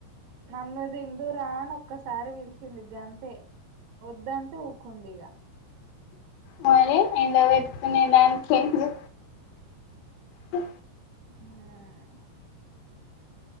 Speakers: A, on the right (about 65°); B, on the left (about 90°).
A: నన్ను తిందురా అని ఒక్కసారి పిలిచింది ఇ గ అంతే వద్దంటే ఊకుంది ఇక
B: మరి ఎండబెట్టుకునే దానికి ఎందుకు
A: హ్మ్
B: ఆ
A: హ్మ్